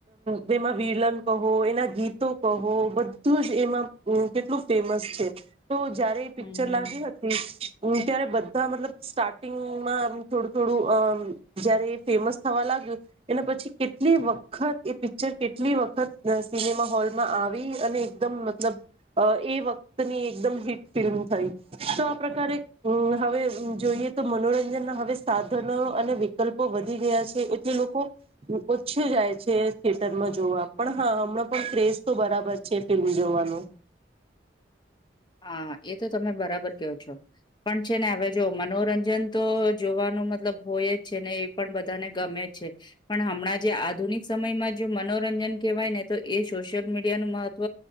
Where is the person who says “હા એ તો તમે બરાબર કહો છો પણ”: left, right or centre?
Left